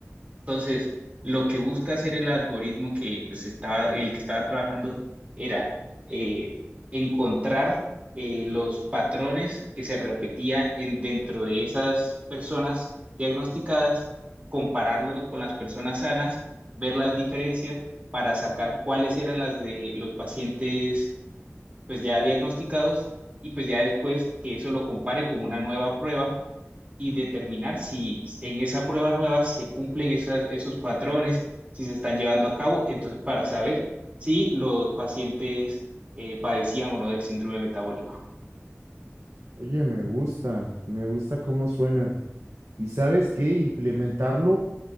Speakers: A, on the right; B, on the right.
A: Entonces, lo que busca hacer el algoritmo que pues estaba, el que estaba trabajando era eh, encontrar eh, los patrones que se repetían en, dentro de esas personas diagnosticadas, compararlos con las personas sanas, ver las diferencias para sacar cuáles eran las de los pacientes pues ya diagnosticados y pues ya después que eso lo compare con una nueva prueba y determinar si en esa prueba nueva se cumplen esas, esos patrones, si se están llevando a cabo, entonces para saber si los pacientes eh, padecían o no del síndrome metabólico.
B: Oye, me gusta, me gusta cómo suena. ¿Y sabes qué? Implementarlo